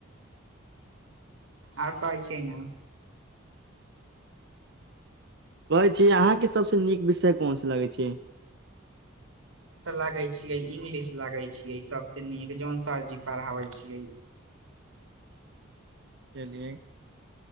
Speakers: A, on the right; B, on the right.
A: और कहै छै न
B: कहै छियै अहाँके सबसे नीक विषय कोनसा लगै छै
A: लागे छियै इंगलिश लागै छियै सबसे नीक जौन सरजी पढ़ाबै छियै
B: चलियै